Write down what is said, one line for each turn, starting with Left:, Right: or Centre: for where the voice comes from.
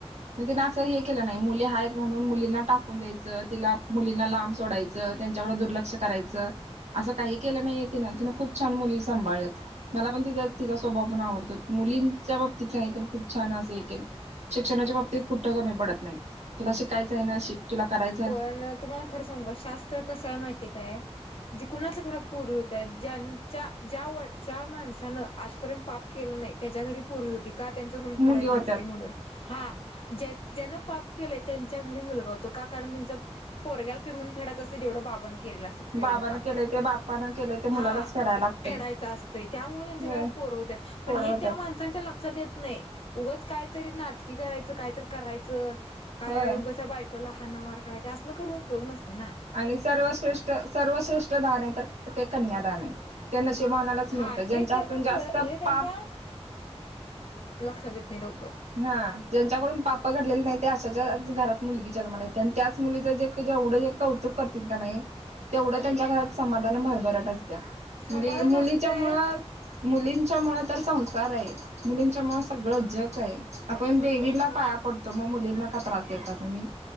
Right: म, तिनं असं हे केलं नाही, मुली हायेत म्हणून मुलींना टाकून द्यायचं, तिला मुलींना लांब सोडायचं, त्यांच्याकडं दुर्लक्ष करायचं. असं काही केलं नाहीय तिनं, तिनं खूप छान मुली सांभाळल्यात. मला पण तिचा, तिचा स्वभाव पण आवड मुलींच्या बाबतीत नाही, तर खूप छान असं हे केलं. शिक्षणाच्या बाबतीत कुटं कमी पडत नाही, तुला शिकायचं आहे ना शिक, तुला कराय
Left: पण तुम्हाला खरं सांगु काय शास तर कसं हाय माहितीय काय, जे कुणाच्या घरात पोरी हुत्यात ज्यांन ज्या वट, ज्या माणसानं आजपर्यंत पाप केलं नाही, त्याच्या घरी पोरी होतीत. त्यांचं ऋून फेडायचं
Right: मुली होत्यात
Left: नसतय म्हणून, हा ज, ज्यानं पाप केलंय त्यांच्या घरी मुलगा होतो. का, कारण त्यांचं पोरग्याला ते ऋण फेडायच असतय जवढं बाबानं केलेलं असंतं. एवढ
Right: बाबानं
Left: काम,
Right: केलंय ते बापानं केलंय ते
Left: हा
Right: मुलालाच फेडायला लागतय
Left: फेडायचं असतंय त्यामुळे त्यांच्या
Right: होय
Left: घरात पोरं व्हत्यातं.
Right: पोरं व्हत्यातं.
Left: त्यांच्या लक्षात येत नाही, उगच कायतरी नाटकी करायचं कायतरी करायचं काय
Right: होय
Left: उगस बायकोला हाना मार करायच, असल करून उपयोग नसतय ना.
Right: आणि सर्वात श्रेष्ठ, सर्वात श्रेष्ठ दान हाय, तर ते कन्या दान हाय. ते नशिबवानालाच मिळतं
Left: हा
Right: ज्यांच्या
Left: हे त्यांना
Right: हातून जास्त
Left: कळ, हे त्यांच्या
Right: पाप
Left: लक्षात येत नाही लवकर.
Right: हा, ज्यांच्याकडून पापं घडलेले नाही ते अशाच्याच घरात मुलगी जलमाला येतीया आणि त्याच मुलीच जे जेवढं जे कौतुक करतील का नाही, तेवढं त्यांच्या घरात समाधान भरभराट असत्या.
Left: समाधान
Right: मुली, मुलीच्यामुळं
Left: असतंय
Right: मुलींच्यामुळं तर संसार आहे. मुलींच्या मुळं सगळं जग आहे, आपण देवींला पाया पडतो मग मुलींना का त्रास देता तुम्ही?